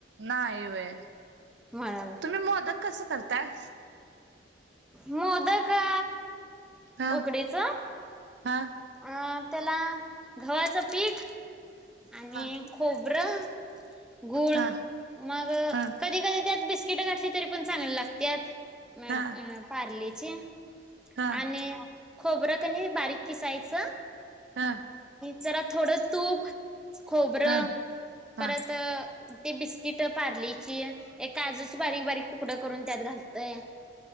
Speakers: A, on the right (about 80°); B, in the centre.
A: नाही व
B: म्हणाल
A: तुम्ही मोदक कस करता द
B: मोद का
A: हा
B: उकडीच
A: हा
B: अ त्याला गव्हाचं पीठ आणि
A: हा
B: खोप ब्रो गुळ
A: हा
B: मग
A: हा हा
B: कधी कधी त्या बिस्किट घातलीरीण चांगल्या लातात म
A: हा
B: अ पारले ्
A: हा
B: आणि खोबरं कनी बारीक किसायच स
A: हा
B: जरा थोडं तूप खोबरं
A: हा हा.
B: परत ते बिस्किट पार्लीची एक काजूची बारीक बारीक तुकडं करून त्यात घालतय